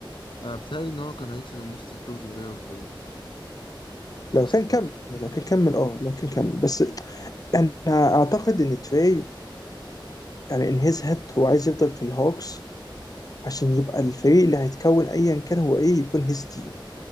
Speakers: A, on the left (about 70°); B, on the left (about 45°).
A: أنا بتهيألي إن هو كان هيكسب الموست امبروفد بلاير أوف ذا يير بالاستمرار
B: لو كان كمل
A: ده
B: لو كان كمل اه لو كان كمل بس انا اعتقد ان تري يعني ان هيز هيد هو عايز يفضل في الهوكس عشان يبقى الفريق اللي هيتكون ايا كان هو ايه يكون هيز تيم